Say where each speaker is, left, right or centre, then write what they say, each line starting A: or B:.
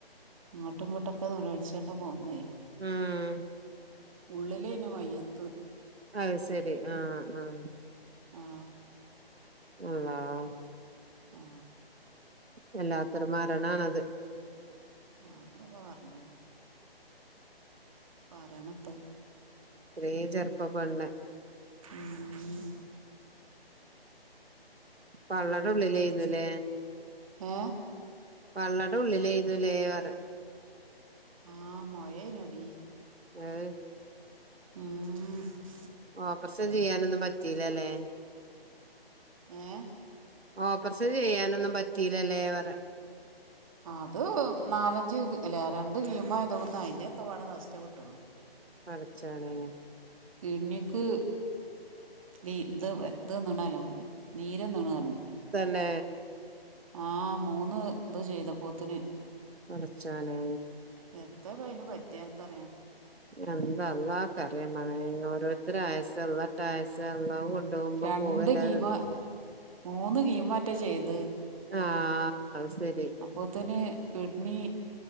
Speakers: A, on the right; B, on the right.
A: അങ്ങെട്ടും ഇങ്ങെട്ടൊക്കെ നോളോൾച്ചാണ്ടാ പൊന്നെ
B: ഉം
A: ഉള്ള്ലെയിനി മയ്യെത്ത്
B: അയ് സെരി ആഹ് ആഹ്
A: ആ
B: അള്ളാഹ്
A: ആ
B: വല്ലാത്തൊര് മരണം ആണ് അത്
A: ആഹ് അഹെല്ലെപ്പം പർണെ പറെണപ്പ അഹ്
B: ഇത്രീം ചെറ്പ്പപ്പെണ്
A: ഉം
B: പള്ളടെ ഉള്ളിലെയ്ന്നുലെ
A: ഏഹ്
B: പള്ളടെ ഉള്ളിലെയ്ന്നുലെ പറിയാ
A: ആഹ് മൊയെനു എടി
B: അഹ്
A: ഉം
B: ഓപ്പറെഷം ചെയ്യാനൊന്നും പറ്റീല ലെ
A: ഏഹ്
B: ഓപ്പറേഷം ചെയ്യാനൊന്നും പറ്റീലലെ പറിയാ
A: അത് നാൽ അഞ്ച് അല്ല രണ്ട് കീമേ ചെയ്തപ്പോത്തിന് അയിന്റെ ഒക്കെ പാടെ നഷ്ടപെട്ട്ക്ക്ണ്
B: പടച്ചോനേ.
A: ഇണ്ണിക്ക് തീ ഇത് ഇത് വന്ന്ണാലോ നീര് വന്ന് ണ് പറഞ്ഞു.
B: തന്നേ
A: ആഹ് മൂന്ന് ഇത് ചെയ്തപ്പോത്തിന്.
B: പടച്ചോനേ.
A: എത്താപ്പ അയ്ന് പറ്റി അൻക്കറിയാ
B: എന്താ അള്ളാക്ക് അറിയാ മളേ ഓരോരുത്തരെ ആയസ്സ് അള്ളട്ടായസ്സ് അള്ളാഹു കൊ ണ്ടോവുമ്പോ
A: രണ്ട്
B: പോകല്ലാതെ
A: കീമോ
B: <inaudible>
A: മൂന്ന് കീമോറ്റെ ചെയ്ത്
B: ആഹ് അത് ശരി
A: അപ്പോത്തിന് കിഡ്നി